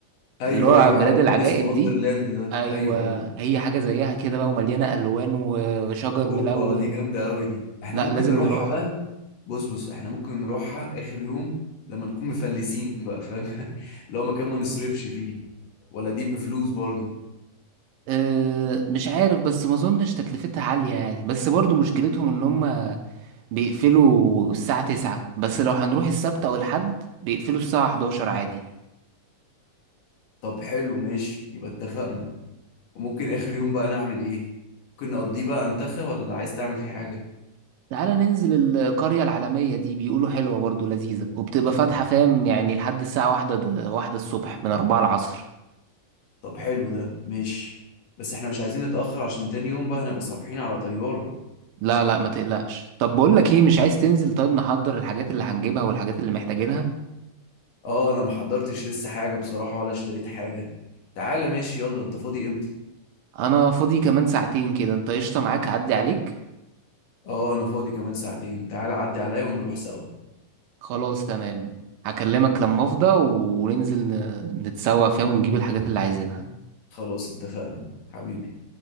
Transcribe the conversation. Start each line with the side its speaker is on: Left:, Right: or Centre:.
Left: ايوه
Right: اللي هو
Left: ايوه
Right: بلاد
Left: عارف
Right: العجائب
Left: أليس ان وندرلاند
Right: دي
Left: ده
Right: أيوة
Left: ايوه ايوه
Right: هي حاجة زيها كده بقى ومليانة ألوان وشجر ملون
Left: هوبا دي جامدة أوي دي احنا
Right: لا
Left: ممكن
Right: لازم
Left: نروحها
Right: نروحها
Left: بقى بص بص احنا ممكن نروحها آخر يوم لما نكون مفلسين بقى فاهم <laughs> لو مكان ما نصرفش فيه ولا دي بفلوس برضو
Right: أه مش عارف بس ما اظنش تكلفتها عالية يعني بس برضو مشكلتهم ان هم بيقفلوا الساعة 9 بس لو هنروح السبت او الحد بيقفلوا الساعة 11 عادي
Left: طب حلو ماشي يبقى اتفقنا وممكن آخر يوم بقى نعمل ايه ممكن نقضيه بقى انتخى ولا عايز تعمل فيه حاجة
Right: تعالى ننزل القرية العالمية دي بيقولوا حلوة برضو لذيذة وبتبقى فاتحة فاهم يعني لحد الساعة واحدة واحدة الصبح من أربعة العصر
Left: طب حلو ده ماشي بس احنا مش عايزين نتأخر عشان تاني يوم بقى هنبقى صابحين على طيارة
Right: لا لا ما تقلقش طب بقول لك ايه مش عايز تنزل طيب نحضر الحاجات اللي هنجيبها والحاجات اللي محتاجينها
Left: اه انا محضرتش لسه حاجة بصراحة ولا اشتريت حاجة تعالى ماشي يلا انت فاضي امتى
Right: انا فاضي كمان ساعتين كده انت قشطة معاك اعدي عليك
Left: اه انا فاضي كمان ساعتين تعال عدي عليا ونروح سوا
Right: خلاص تمام هكلمك لما افضى وننزل ن- نتسوق فيها ونجيب الحاجات اللي عايزينها
Left: خلاص اتفقنا حبيبي